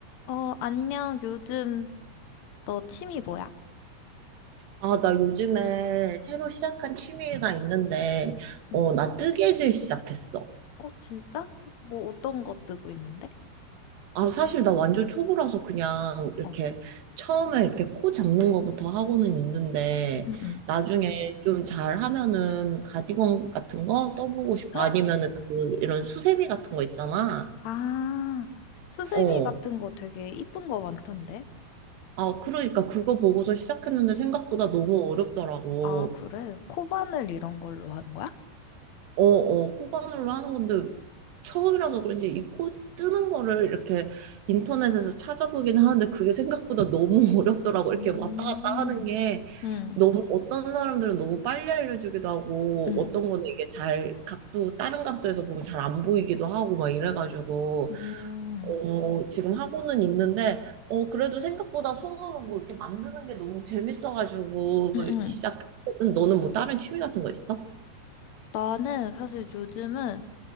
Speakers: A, on the left; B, on the right.
A: 어, 안녕. 요즘 너 취미 뭐야?
B: 아, 나 요즘에 새로 시작한 취미가 있는데, 어,
A: 응.
B: 나 뜨개질 시작했어.
A: 어, 진짜? 뭐 어떤 거 뜨고 있는데?
B: 아, 사실 나 완전 초보라서 그냥 이렇게
A: 어.
B: 처음에 이렇게 코 잡는 거부터 하고는 있는데,
A: 응, 응.
B: 나중에 좀 잘하면은 가디건 같은 거 떠보고
A: <gasps>
B: 싶어.
A: 헉!
B: 아니면은 그, 이런 수세미 같은 거 있잖아.
A: 아, 수세미
B: 어.
A: 같은 거 되게 이쁜 거 많던데?
B: 아, 그러니까 그거 보고서 시작했는데 생각보다 너무 어렵더라고.
A: 아, 그래? 코바늘 이런 걸로 하는 거야?
B: 어, 어, 코바늘로 하는 건데 처음이라서 그런지 이 코 뜨는 거를 이렇게 인터넷에서 찾아보긴 하는데 그게 생각보다 너무 <laughs> 어렵더라고.
A: 음,
B: 이렇게 왔다 갔다 하는 게
A: 응,
B: 너무 어떤 사람들은 너무 빨리 알려주기도 하고
A: 응,
B: 어떤 거는 이게 잘 각도 다른 각도에서 보면 잘 안 보이기도 하고 막 이래가지고
A: 음,
B: 어, 지금 하고는 있는데 어, 그래도 생각보다 손으로 뭐 이렇게 만드는 게 너무 재밌어가지고
A: 응, 응.
B: 시작. 너는 뭐 다른 취미 같은 거 있어?
A: 나는 사실 요즘은